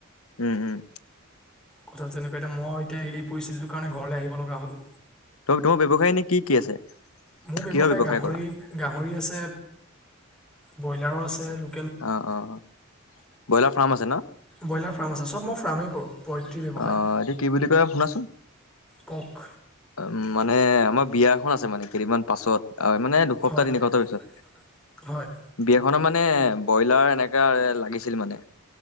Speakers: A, on the left; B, in the centre.
A: উম, উম।
B: কথাটো তেনেকুৱা, এতিয়া মই এতিয়া এই পৰিস্থিতিটোৰ কাৰণে ঘৰলৈ আহিব লগা হ'ল।
A: ত তোমাৰ ব্যৱসায় এনে কি কি আছে? কিহৰ
B: মোৰ
A: ব্যৱসায়
B: গাহৰি
A: কৰা?
B: গাহৰি আছে, ব্ৰইলাৰো আছে। লু
A: অ', অ', অ'। ব্ৰইলাৰ ফাৰ্ম আছে ন'?
B: ব্ৰইলাৰ ফাৰ্ম আছে, চব মই ফ্ৰামেই কৰোঁ। পয়ত্ৰী ব্যৱসায়
A: অ' এইটো কি বুলি কয় শুনাচোন,
B: কক
A: উম। মানে আমাৰ বিয়া খন আছে মানে কেইদিনমান পাছত, আ-মানে দুসপ্তাহ
B: হয়
A: তিনি সপ্তাহ পাছত।
B: সপ্তাহ পিছত হয়
A: বিয়াখনৰ মানে ব্ৰইলাৰ এনেকা-এ লাগিছিল মানে।